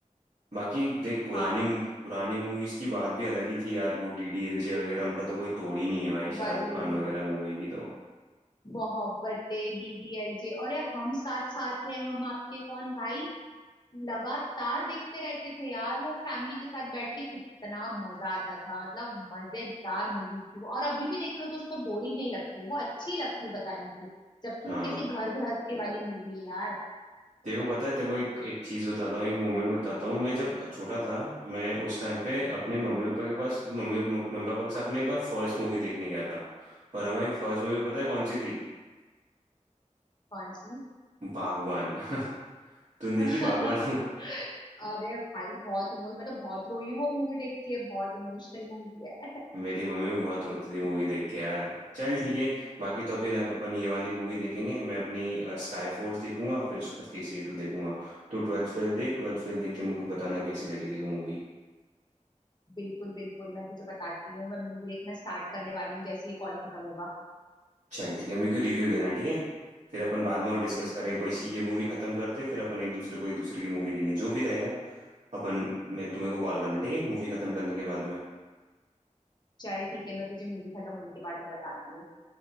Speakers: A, on the right; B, on the left.
A: बाकी देख पुरानी
B: हाँ
A: पुरानी मूवीज की बात भी अलग ही थी यार वो डीडीएलजे वगैरह उनका तो कोई तोड़ ही नहीं है भाई
B: भाई
A: शाहरुख खान वगैरह मूवी की तो
B: मोहब्बतें डीडीएलजे अरे हम साथ साथ हैं हम आपके कौन भाई लगातार देखते रहते थे यार वो फैमिली के साथ बैठ के कितना मजा आता था मतलब मजेदार मूवीज थी वो और अभी भी देख लो तो उस पर बोरिंग नहीं लगती है वो अच्छी लगती है बताने की जबकि
A: हाँ
B: वो कैसी घर गृहस्थी वाली मूवी है यार
A: तेरे को पता है तेरे को एक एक चीज बताता हूँ एक मोमेंट बताता हूँ मैं जब छोटा था मैं उस टाइम पे अपने मम्मी पापा के पास मम्मी मम्मी पापा के साथ में एक बार फर्स्ट मूवी देखने गया था और हमारी फर्स्ट मूवी पता है कौन सी थी
B: कौन सी
A: बागबान <laughs> तुम देखी
B: <laughs>
A: बागबान
B: अरे भाई बहुत इमोश मैं तो बहुत रोई हूँ वो मूवी देख के बहुत इमोशनल मूवी है
A: मेरी मम्मी भी बहुत रोती
B: लेकिन
A: थी मूवी देख के यार चल ठीक है बाकी तो अभी ना अपन ये वाली मूवी देखेंगे मैं अपनी स्काई फोर्स देखूंगा फिर उसके बाद के सी टू देखूंगा तो ट्वेल्थ फेल देख ट्वेल्थ फेल देख के मुझको बताना कैसी लगी थी मूवी
B: बिल्कुल बिल्कुल मैं तुझे बताती हूँ मैं मूवी देखना स्टार्ट करने वाली हूँ जैसे ही कॉल खत्म होगा
A: चल ठीक है मेरे को रिव्यू देना ठीक है फिर अपन बाद में और डिस्कस
B: बिल्कुल
A: करेंगे
B: बिल्कुल
A: कोई सी ये मूवी खत्म करते हैं, फिर अपन एक दूसरे को एक दूसरे की मूवी देंगे जो भी रहेगा अपन मैं तुम्हें को कॉल करना ठीक है मूवी खत्म करने के बाद में
B: चल ठीक है मैं तुझे मूवी खत्म होने के बाद मैं बताती हूँ